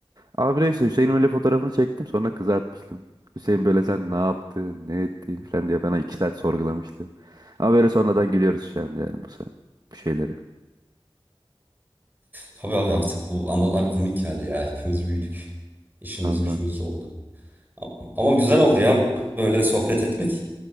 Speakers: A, on the right; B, on the right.
A: Abi neyse Hüseyin'in öyle fotoğrafını çektim sonra kızartmıştım. Hüseyin böyle sen ne yaptın ne ettin falan diye bana iki saat sorgulamıştı. Ama böyle sonradan gülüyoruz şu anda yani bu, se- bu şeyleri.
B: Tabii abi artık bu anılar komik geldi ya. Hepimiz büyüdük. İşimiz
A: Valla
B: gücümüz oldu. Ama güzel oldu ya böyle sohbet etmek.